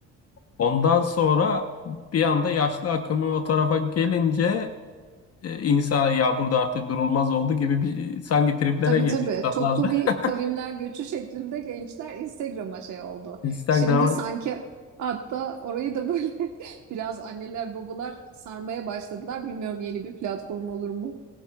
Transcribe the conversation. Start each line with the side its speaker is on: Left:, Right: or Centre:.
Left: Ondan sonra bir anda yaşlı akımı o tarafa gelince e, insana ya burada artık durulmaz oldu gibi bir sanki triplere
Right: Tabii
Left: girdi
Right: tabii.
Left: insanlar
Right: Toplu
Left: da.
Right: bir
Left: <laughs>
Right: kavimler göçü şeklinde gençler Instagram'a şey oldu.
Left: Instagram'a
Right: Şimdi sanki hatta orayı da böyle <laughs> biraz anneler babalar sarmaya başladılar. Bilmiyorum yeni bir platform olur mu?